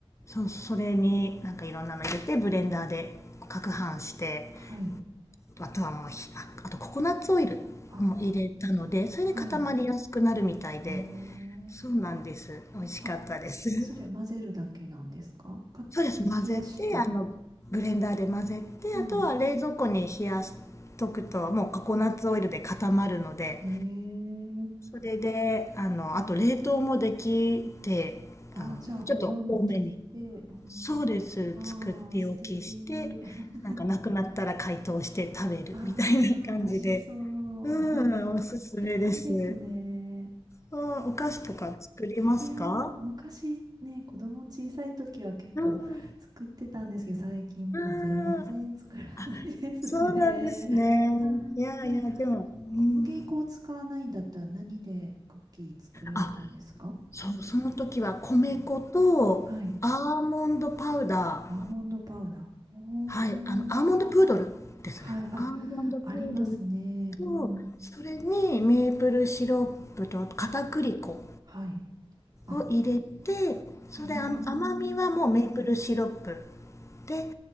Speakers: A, on the left; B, on the right.
A: そう、それになんかいろんなの入れてブレンダーで攪拌して、
B: はい。
A: あとはもうひ、あ、あとココナッツオイルも入れたので、
B: あ
A: それで固まりやすくなるみたいで、
B: あ、はい。あ
A: そうなんです。美味しかったです。
B: あ。あ、それ混ぜるだけなんですかか、
A: そうです。混ぜて、
B: 冷やして。
A: あの、ブレンダーで混ぜて、
B: うん。
A: あとは冷蔵庫に冷やしとくと、もうココナッツオイルで固まるので、
B: ええ。
A: それで、あの、あと冷凍もできて、
B: ああ、
A: あの、
B: じゃあ保存も効いて。
A: ちょっと多めに、
B: うん。
A: そうです。
B: まあ、
A: 作っておきして、
B: 素敵。<laughs>
A: なんかなくなったら解凍して食べるみたいな感じで。
B: ああ、美味しそう。
A: うん、おすすめです。
B: <laughs> いいですね。
A: あお菓子とか作りますか
B: いやー、昔ね、子供小さい時は結構作ってたんですけど、
A: うん、う
B: 最近もう全然作らないですね。
A: ん。あそうなんですね。
B: <laughs> はい。
A: いやいや、
B: では、
A: でも、うん。
B: 小麦粉を使わないんだったら何でクッキー作られたんですか
A: あ、そう、その時は米粉とアーモンドパウダー。
B: うん。はい。アーモンドパウダー。おー。
A: はい、あの、アーモンドプードルですね。
B: はい。あ、
A: アーモンドプードル
B: ありますね。
A: と、
B: うん。
A: それにメープルシロップと片栗粉
B: はい。あ、
A: を入れてそれ甘みはもうメープルシロップ
B: えー。
A: で